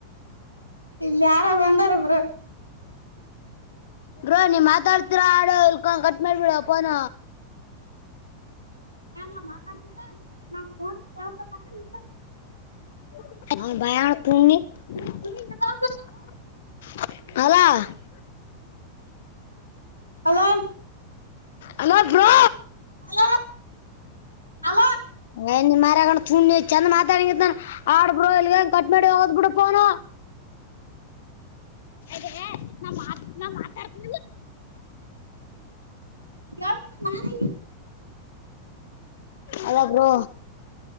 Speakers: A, on the right; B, on the left.
A: ಇಲ್ಲ ಯಾರ ಬಂದಾರಬ್ರ
B: ಬೋ ನೀ್ ಮಾತಾಡ್ತಿೀರಾ ಆಡು ಕಟ್ ಮಾಡ್ಬಿಡಪ್ಪೋನ
A: ನ ಮಾತಾಡ್ ನಾ್ ತೋಲಿಕ್ಕೆಳ್ ನಿ
B: <inaudible>
A: ನಿಂತಿರ್ಬೇಕು ಅಲಾ
B: ಹಲೋ ಬ್ರಾ
A: ಹಲೋ ಅಲೋ
B: ನ ಮರ ತುಣಿ ಚ ಅಂದ ಮಾತಾಡ ಆಡ್ಬೋ ಇಲ್ಲಿಗನ್ ಕಟ್ ಡಿ ಹೋದ್ ಬಿಡುೋನು ಅದ ನ ನ ಮಾತಾಡ್ತ
A: ಜಸ್ ಅ ನಾನ
B: ಅಲ್ಲ ಬ್ರೋ